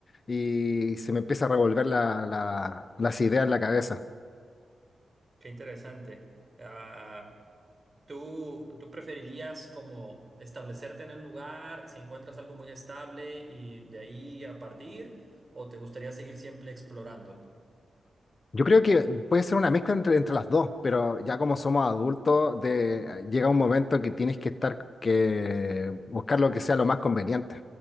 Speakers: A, on the left; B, on the right.
A: y se me empieza a revolver la- la- las ideas en la cabeza.
B: Qué interesante. Ah, ¿tú, tú preferirías como establecerte en un lugar si encuentras algo muy estable y de ahí a partir? ¿O te gustaría seguir siempre explorando?
A: Yo creo que puede ser una mezcla entre, entre las dos, pero ya como somos adultos, de, ah, llega un momento que tienes que estar, que buscar lo que sea lo más conveniente.